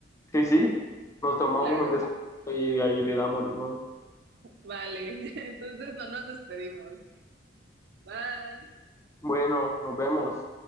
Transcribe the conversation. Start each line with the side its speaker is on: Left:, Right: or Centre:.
Left: Sí, sí, nos tomamos
Right: Claro.
Left: un descanso y de ahí le damos de nuevo.
Right: Vale. <laughs> Entonces no nos despedimos. Bye.
Left: Bueno, nos vemos.